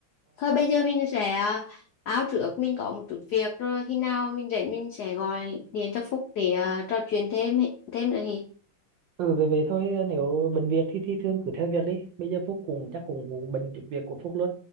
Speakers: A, on the left; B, on the right.
A: thôi bây giờ mình sẽ à, áo trước mình có một chút việc rồi khi nào mình rảnh mình sẽ gọi điện cho Phúc để à, trò chuyện thêm thêm nữa thì
B: ừ về về thôi ờ, nếu bận việc thì thì thương cứ theo việc đi bây giờ Phúc cũng chắc cũng, cũng bận chút việc của Phúc luôn